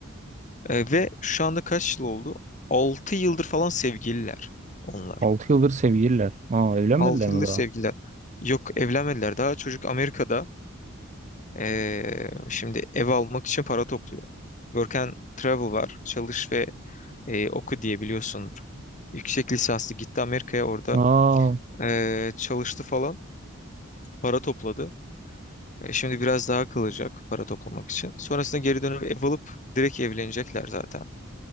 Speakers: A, on the left (about 35°); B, on the right (about 35°).
A: E, ve şu anda kaç yıl oldu? 6 yıldır falan sevgililer onlar.
B: Altı yıldır sevgililer. Aa, evlenmediler
A: 6
B: mi
A: yıldır sevgililer.
B: daha?
A: Yok evlenmediler. Daha çocuk Amerika'da e, şimdi ev almak için para topluyor. Work and Travel var. Çalış ve e, oku diye biliyorsundur. Yüksek lisanslı gitti Amerika'ya orada
B: Aa,
A: e, çalıştı falan para topladı. E, şimdi biraz daha kalacak para toplamak için. Sonrasında geri dönüp ev alıp direkt evlenecekler zaten.